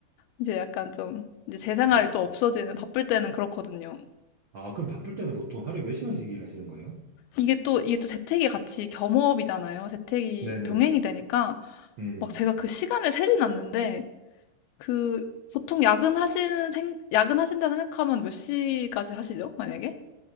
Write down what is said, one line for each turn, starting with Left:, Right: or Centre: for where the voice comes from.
Left: 이제 약간 좀, 이제 제 생활이
Right: 아,
Left: 또 없어지는, 바쁠 때는 그렇거든요.
Right: 아, 그럼 바쁠 때는 보통 하루에 몇 시간씩 일하시는 거예요?
Left: 이게 또, 이게 또 재택이 같이 겸업이잖아요. 재택이
Right: 네네네.
Left: 병행이 되니까,
Right: 음,
Left: 막 제가 그 시간을 세진 않는데, 그 보통 야근하시는 생, 야근하신다 생각하면 몇 시까지 하시죠? 만약에?